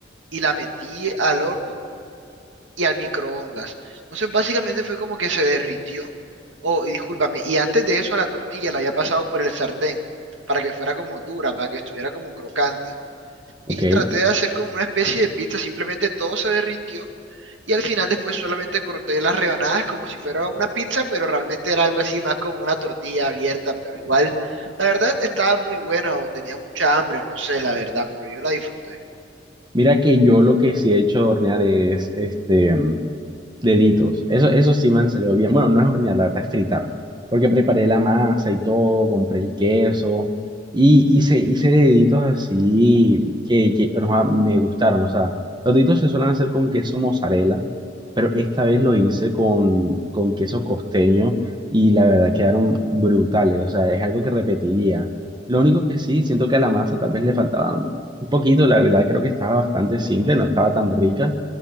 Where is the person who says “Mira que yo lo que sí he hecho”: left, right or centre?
Right